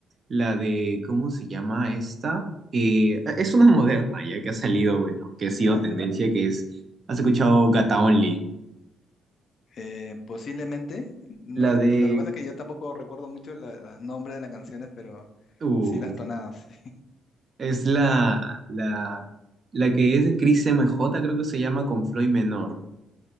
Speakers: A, on the right (about 40°); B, on the left (about 60°).
A: la de, ¿cómo se llama esta? Eh, es una moderna ya que ha salido, bueno, que ha
B: ¿Ya?
A: sido tendencia, que es, ¿has escuchado Gata Only?
B: Eh, posiblemente. No,
A: La
B: <laughs>
A: de,
B: lo que pasa es que yo tampoco recuerdo mucho la- los nombres de las canciones, pero
A: uh,
B: sí las tonadas. <laughs>
A: es la, la, la que es de Cris M J creo que se llama con Floyd Menor.